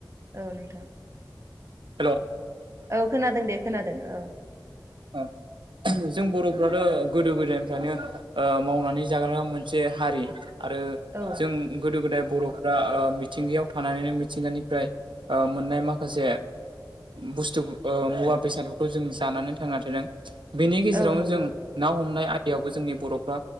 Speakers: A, on the right; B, on the right.
A: औ नोंथां।
B: हेल'
A: औ खोनादों दे खोनादों औ।
B: ओ जों बर'फ्राथ' गोदो गोदायनिफ्रायानो ओ मावनानै जाग्रा मोनसे हारि आरो
A: औ
B: जों गोदो-गोदाय बर'फोरा ओ मिथिंगायाव लानानैनो मिथिंगानिफ्राय ओ मोननाय माखासे बुस्थु ओ मुवा-बेसादफोरखौ जों जानानै थांना थादों। बेनि गेजेरावनो
A: औ नंगौ
B: जों ना हमनाय आयदायावबो जोंनि बर'फ्रा